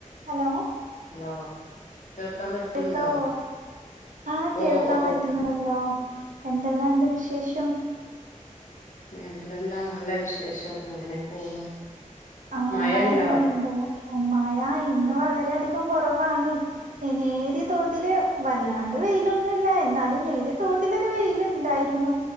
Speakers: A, on the right; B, on the left.
A: Hello
B: hello കേൾക്കാൻ പറ്റ്ണ്ടോ
A: കേൾക്കാവോ ആഹ്
B: ഓ
A: കേൾക്കാൻ
B: ഓ
A: പറ്റുന്നതല്ലോ എന്തെല്ലാം ഉണ്ട് വിശേഷം
B: പിന്നെ എന്തെല്ലാം നല്ല വിശേഷം അങ്ങനെ പോണ്
A: ആ
B: മഴണ്ടോ
A: മഴ എല്ലാം ഉണ്ട് മഴ ഇന്ന് വളരെ അധികം കൊറവാണ് നേരിയ തോതില് വല്ലാണ്ട് വെയിലൊന്നുല്ല എന്നാലും നേരിയ തോതിൽഒരു വെയിലുണ്ടായി രുന്നു